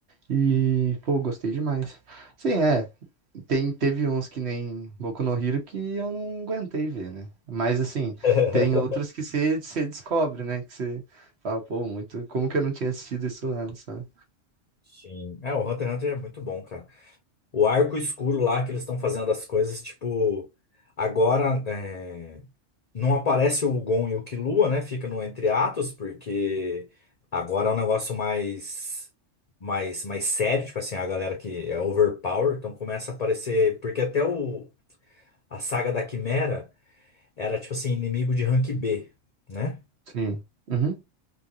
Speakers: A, on the right (about 60°); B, on the left (about 40°).
A: E, pô, gostei demais. Sim, é. Tem, teve uns que nem Boku no Hero que eu não aguentei ver, né? Mas, assim,
B: <laughs>
A: tem outros que você você descobre, né? Que você fala, pô, muito. Como que eu não tinha assistido isso antes, sabe?
B: Sim. É, o Hunter x Hunter é muito bom, cara. O arco escuro lá que eles estão fazendo as coisas, tipo, agora. é, não aparece o Gon e o Killua, né? Fica no entre atos, porque agora é um negócio mais, mais, mais sério, tipo assim, a galera que é overpower, então começa a aparecer, porque até o, a saga da Quimera era tipo assim, inimigo de rank B, né?
A: Sim. Uhum.